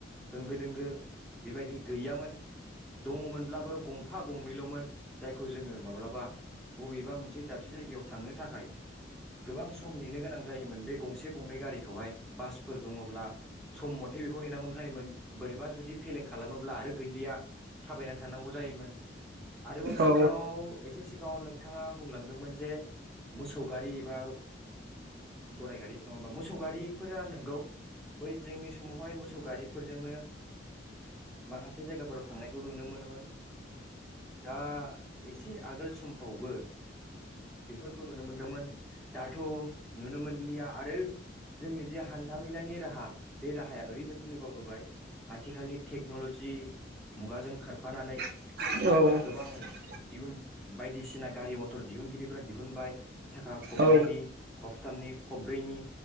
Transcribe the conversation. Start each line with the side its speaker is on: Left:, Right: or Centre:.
Centre: होंगो दोंगो बेबायदि गैयामोन। दङ'मोनब्लाबो गंफा गंनैल'मोन। जायखौ जोङो माब्लाबा बबेबा मोनसे दाबसे जायगायाव थांनो थाखाय गोबां सम नेनो गोनां जायोमोन बे गंसे गंनै गारिखौहाय बासफोर दङब्ला सम मथे बेखौ नेनांगौ जायोमोन। बोरैबा जुदि फेलें खालामोब्ला आरो गैलिया। थाबायनानै थांनांगौ जायोमोन। आरोबाव सिगाङाव
Right: औ
Centre: एसे सिगाङाव नोंथाङा बुंलांदोंमोन जे मोसौ गारि बा गराय गारि नङा होमबा मोसौ गारिफोरा नंगौ बै जोंनि समावहाय मोसौ गारिफोरजोंनो माखासे जायगाफोराव थांनायखौ नुनो मोनोमोन। दा एसे आगोल समफ्रावबो बेफोरखौ नुनो मोनदोंमोन दाथ' नुनो मोनलिया आरो जोंनि जे हान्थामेलानि राहा बे राहाया ओरैबायदि जौगाबोबाय। आथिखालनि टेक्न'लजि मुगाजों खारफानानै
Right: औ।
Centre: गोबां दिहुन बायदिसिना गारि मथर दिहुनगिरिफोरा दिहुनबाय साखा खबनैनि
Right: औ
Centre: खबथामनि खबब्रैनि